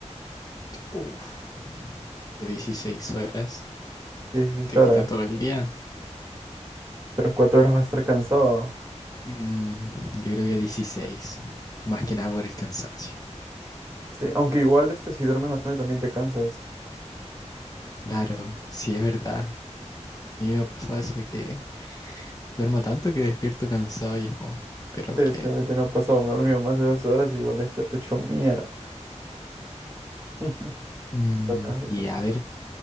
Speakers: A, on the left; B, on the right.
A: Uf, que 16 horas
B: dieciséis
A: te
B: horas,
A: quita todo el día.
B: pero cuatro horas vas a estar cansado.
A: Mm, yo creo que dieciséis. más que nada por el cansancio.
B: Sí, aunque igual este si duermes bastante también te cansas.
A: Claro, sí es verdad. A mí me ha pasado eso que duermo tanto que despierto cansado y es como, ¿pero
B: Sí,
A: qué?
B: sí, a mí también me ha pasado, me he dormido más de 2 horas y igual despierto hecho mierda. <laughs> Te
A: Mm,
B: toca, te
A: y
B: toca.
A: a ver,